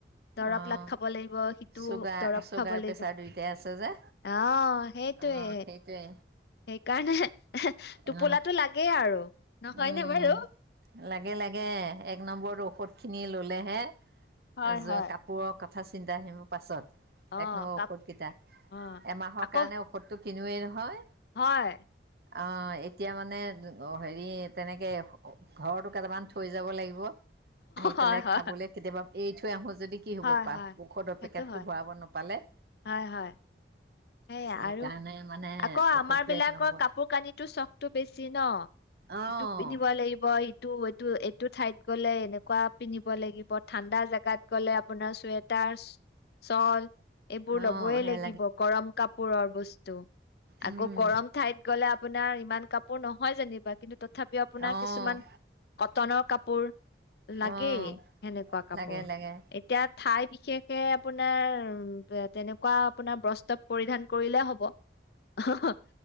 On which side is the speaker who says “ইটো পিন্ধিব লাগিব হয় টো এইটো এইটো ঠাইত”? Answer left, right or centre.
Left